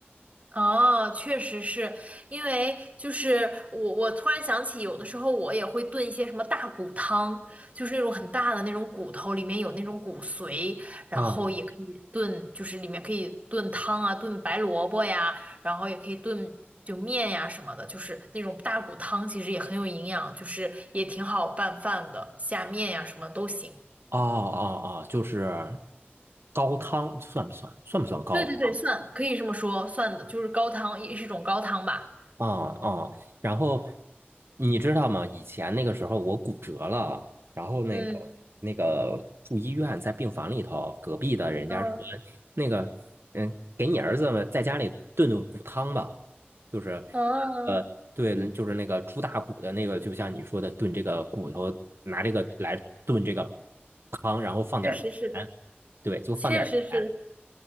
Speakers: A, on the right; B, on the right.
A: 哦，确实是因为就是我，我突然想起，有的时候我也会炖一些什么大骨汤，就是那种很大的那种骨头，里面有那种骨髓，然后也可以炖，
B: 啊，哦
A: 就是里面可以炖汤啊，炖白萝卜呀，然后也可以炖就面呀什么的，就是那种大骨汤其实也很有营养，就是也挺好拌饭的，下面呀什么都行。
B: 哦哦，就是高汤算不算？算不算高汤啊？
A: 对对对，算可以这么说，算的就是高汤，也是一种高汤吧。
B: 啊啊，然后你知道吗？以前那个时候我骨折了，然后那个那个住医院，
A: 嗯
B: 在病房里头，隔壁的人家说
A: 嗯
B: 那个嗯，给你儿子们在家里炖炖骨汤吧，就是
A: 嗯。
B: 呃，对，就是那个猪大骨的那个，就像你说的炖这个骨头，拿这个来炖这个汤，然后放点儿盐，
A: 确实是，
B: 对，就放点儿盐。
A: 确实是，